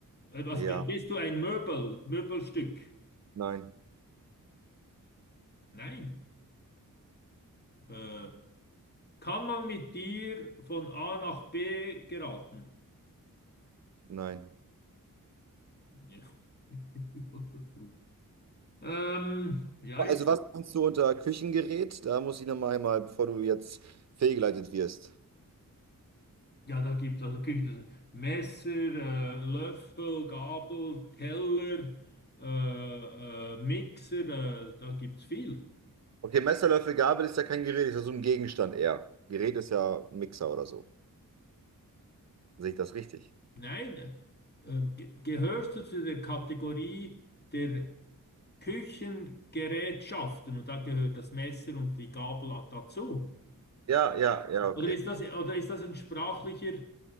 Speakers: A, on the left; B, on the right.
A: Äh, Also
B: Ja,
A: b- bist du ein Möbel, Möbelstück?
B: nein,
A: Nein. Äh, kann man mit dir von A nach B geraten?
B: nein.
A: Ja. <laughs> Ähm, ja,
B: Also was meinst du unter Küchengerät? Da muss ich nochmal mal, bevor du jetzt fehlgeleitet wirst.
A: Ja, da gibt es also Küche, Messer, äh, Löffel, Gabel, Teller, äh, äh, Mixer, äh, da gibt es viel.
B: Okay, Messer, Löffel, Gabel ist ja kein Gerät, ist ja so ein Gegenstand eher. Gerät ist ja ein Mixer oder so. Sehe ich das richtig?
A: Nein, äh, ge- gehörst du zu der Kategorie der Küchengerätschaften und da gehört das Messer und die Gabel dazu?
B: Ja, ja, ja, okay.
A: Oder ist das, oder ist das ein sprachlicher,